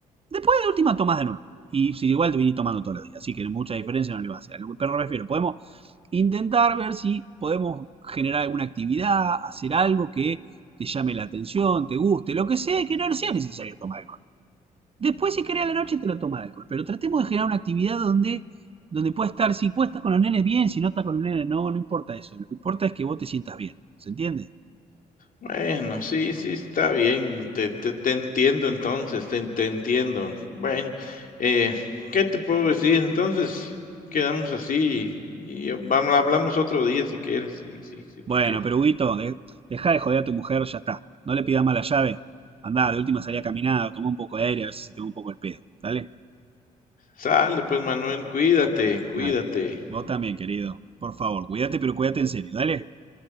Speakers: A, on the right; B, on the left.
A: Después de última tomás de nuevo. Y si igual te vinís tomando todos los días, así que mucha diferencia no le va a hacer. Pero me refiero, podemos intentar ver si podemos generar alguna actividad, hacer algo que te llame la atención, te guste, lo que sea, que no sea necesario tomar alcohol. Después, si querés a la noche, te lo toma el alcohol. Pero tratemos de generar una actividad donde, donde pueda estar, si puedes estar con los nenes bien, si no estás con los nenes, no, no importa eso. Lo que importa es que vos te sientas bien. ¿Se entiende?
B: Bueno, sí, sí, está bien, te te te entiendo entonces, te te entiendo. Bueno, eh, ¿qué te puedo decir? Entonces, quedamos así y y vamos hablamos otro día si quieres, si si si tú
A: Bueno,
B: quieres.
A: pero Huguito, de- dejá de joder a tu mujer, ya está. No le pidas más la llave. Andá, de última salí a caminar, toma un poco de aire, a ver si se te va un poco el pedo. ¿Dale?
B: Sale, pues, Manuel, cuídate, cuídate.
A: Dale. Vos también, querido. Por favor, cuídate, pero cuídate en serio. ¿Dale?